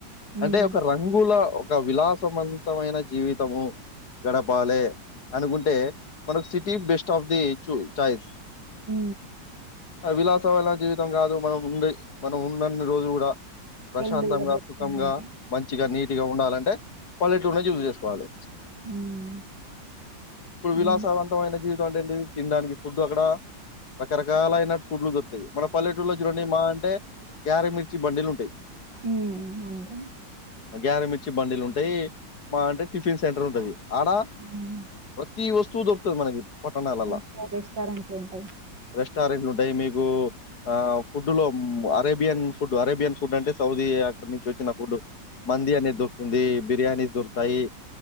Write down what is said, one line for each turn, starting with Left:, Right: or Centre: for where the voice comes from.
Right: హ్మ్.
Left: అంటే ఒక రంగుల ఒక విలాసవంతమైన జీవితము గడపాలి అనుకుంటే మనకు సిటీ బెస్ట్ ఆఫ్ ది చు చయి
Right: అ
Left: ఆ విలాసం వైన జీవితం కాదు మనం ఉండే మనం ఉండన్ని రోజులు కూడా ప్రశాంతంగా
Right: హెల్తీగా బతకడం
Left: సుఖంగా
Right: అంటే
Left: మంచిగా నీటుగా ఉండాలంటే పల్లెటూళ్ళో చూజ్ చేసుకోవాలి
Right: హ్మ్.
Left: ఇప్పుడు
Right: అన్
Left: విలాస వంతమైన జీవిత వండండి తినడానికి ఫుడ్ అక్కడ రకరకాలైనటు ఫుడ్లు దొరుతాయి మనం పల్లెటూలో చూండి మా అంటే గ్యారమిర్చి బండిలు ఉంటాయి
Right: ఉ మండి
Left: గ్యారమిర్చి బండీలు ఉంటాయి మా అంటే టిఫిన్ సెంటర్ ఉంటది ఆడ
Right: హ్మ్.
Left: ప్రతి వస్తువు దొకుతది మనకి పట్టణాల ఎలా
Right: రెస్టారెంట్ ఎక్కువ రెస్టారెంట్లుంటాయి.
Left: రెస్టారెంట్లు ఉంటాయి మీకు ఆ ఫుడ్ లో అరేబియన్ ఫుడ్ అరేబియన్ ఫుడ్ అంటే సౌదీ అక్కడ నుంచి వచ్చిన ఫుడ్ మంది అనేది దొరుకుతుంది బిర్యానీ దొరు తాయి